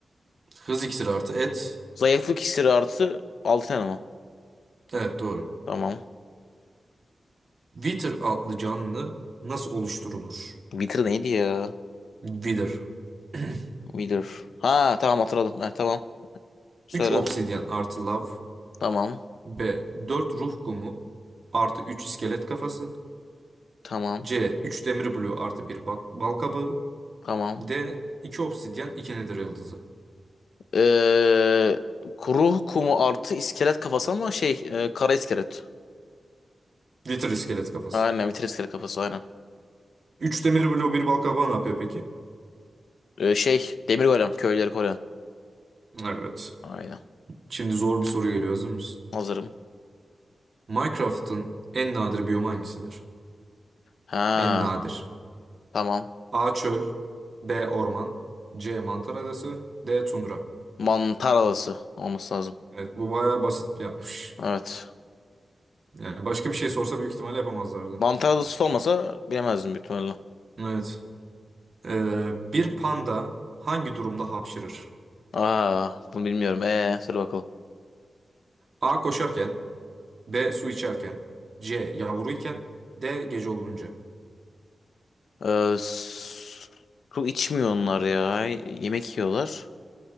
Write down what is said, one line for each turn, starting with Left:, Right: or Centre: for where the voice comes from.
Right: Hız iksiri artı et.
Left: zayıflık iksiri artı altın elma.
Right: Evet doğru.
Left: Tamam.
Right: Wither adlı canlı nasıl oluşturulur?
Left: Wither neydi ya?
Right: Wither. <clears throat>
Left: Wither. Ha tamam hatırladım. Heh, tamam. Söyle.
Right: 3 obsidyen artı lav.
Left: Tamam.
Right: B. 4 ruh kumu artı 3 iskelet kafası.
Left: Tamam.
Right: C. üç demir bloğu artı bir bal, bal kabağı.
Left: Tamam.
Right: D. 2 obsidyen 2 nedir yıldızı.
Left: Eee ruh kumu artı iskelet kafası ama şey eee, kara iskelet.
Right: Litter iskelet kafası.
Left: Aynen Wither iskelet kafası aynen.
Right: 3 demir bloğu bir bal kabağı ne yapıyor peki?
Left: Eee, şey demir golem köyleri golem.
Right: Evet.
Left: Aynen.
Right: Şimdi zor bir soru geliyor hazır mısın?
Left: Hazırım.
Right: Minecraft'ın en nadir biyomu hangisidir?
Left: Ha
Right: En nadir.
Left: Tamam.
Right: A. Çöl. B. Orman. C. Mantar adası. D. Tundra.
Left: Mantar adası olması lazım.
Right: Evet bu bayağı basit yapmış.
Left: Evet.
Right: Yani başka bir şey sorsa büyük ihtimalle yapamazlardı.
Left: Mantar adası olmasa bilemezdim büyük ihtimalle.
Right: Evet. Ee, bir panda hangi durumda hapşırır?
Left: Aa, bunu bilmiyorum. Ee, söyle bakalım.
Right: A. Koşarken B. Su içerken C. Yavruyken D. Gece olunca.
Left: Ee, s- su içmiyor onlar ya. Yemek yiyorlar.